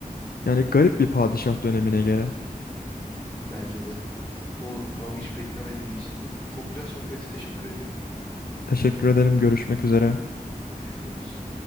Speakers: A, on the left (about 80°); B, on the left (about 30°).
A: Yani garip bir padişah dönemine göre.
B: Bence de. Doğru ama hiç beklemediğim bir isimdi. Çok güzel sohbeti teşekkür ediyorum.
A: Teşekkür ederim. Görüşmek üzere.
B: Görüşürüz.